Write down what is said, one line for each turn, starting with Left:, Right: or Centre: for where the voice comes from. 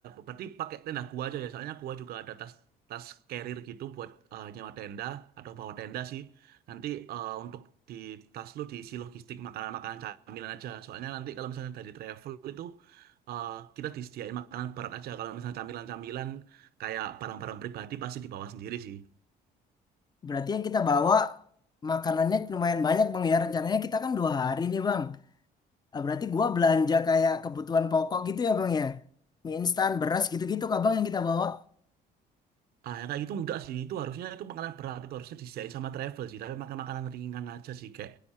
Right: Berarti pakai tenda gua aja ya. Soalnya gua juga ada tas tas carrier gitu buat eh, nyewa tenda atau bawa tenda sih. Nanti eh, untuk di tas lu diisi logistik makanan-makanan camilan aja. Soalnya nanti kalau misalnya dari travel itu eh, kita disediain makanan berat aja. Kalau misalnya camilan-camilan kayak barang-barang pribadi pasti dibawa sendiri sih.
Left: Berarti yang kita bawa makanannya lumayan banyak Bang ya. Rencananya kita kan dua hari nih Bang. Ah, Berarti gua belanja kayak kebutuhan pokok gitu ya bang ya? Mie instan, beras gitu-gitu kak bang yang kita bawa.
Right: Ah, yang kayak gitu enggak sih. Itu harusnya itu makanan berat. Itu harusnya disediain sama travel sih. Tapi makan makanan ringan aja sih. Kayak